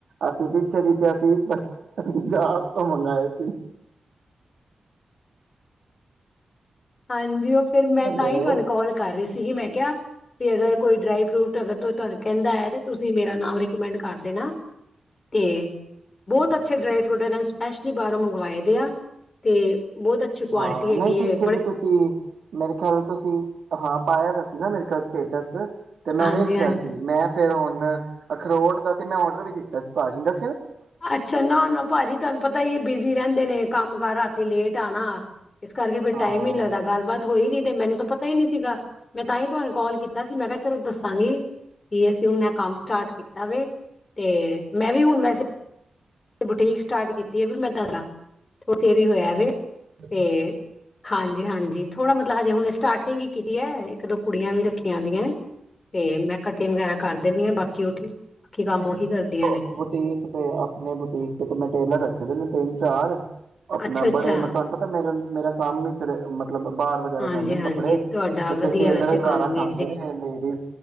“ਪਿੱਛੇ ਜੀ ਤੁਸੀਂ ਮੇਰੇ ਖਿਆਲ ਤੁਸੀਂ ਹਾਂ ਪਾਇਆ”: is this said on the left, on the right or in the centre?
Right